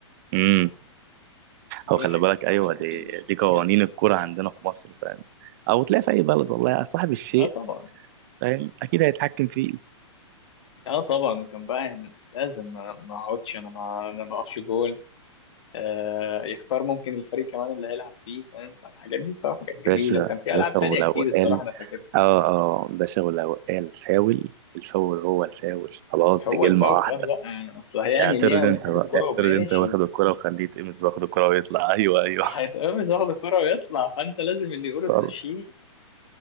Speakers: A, on the right; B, on the left.
A: مم.
B: دي
A: هو
B: من
A: خلي
B: الحاجات
A: بالك
B: الصراحه
A: ايوه
B: الواحد
A: دي
B: بيفتكرها
A: دي قوانين الكوره عندنا في مصر فاهم او تلاقي في اي بلد والله يا صاحب الشيء
B: اه طبعا
A: فاهم اكيد هيتحكم فيه
B: اه طبعا وكان بقى يعني لازم ما ما اقعدش انا ما انا ما اقفش جول آه يختار ممكن الفريق كمان اللي هيلعب فيه فاهم فالحاجات دي بصراحه كانت جميله
A: باشا
B: وكان في
A: باشا
B: العاب تانية
A: ولو
B: كتير
A: قال
B: الصراحه انا فاكرها
A: اه اه باشا ولو قال فاول الفاول هو الفاول خلاص
B: هو
A: دي كلمه
B: الفاول
A: واحده
B: خلاص بقى يعني اصل هيعمل
A: اعترض
B: ايه قام
A: انت
B: واخد
A: بقى
B: الكرة
A: اعترض
B: وماشي
A: انت واخد الكرة وخليه يتقمص باخد الكرة ويطلع <laughs> ايوه ايوه
B: هيتقمص ياخد الكرة ويطلع فأنت لازم اللي يقوله
A: وال-
B: تمشيه